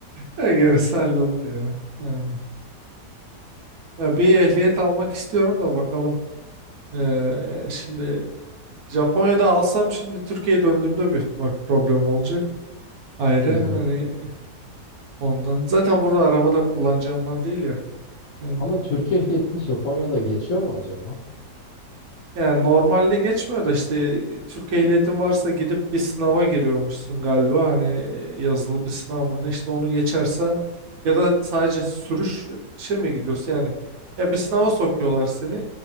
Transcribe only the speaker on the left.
<laughs>
Hı
hı. hı.
Ama Türkiye ehliyetin Japonya'da geçiyor mu acaba?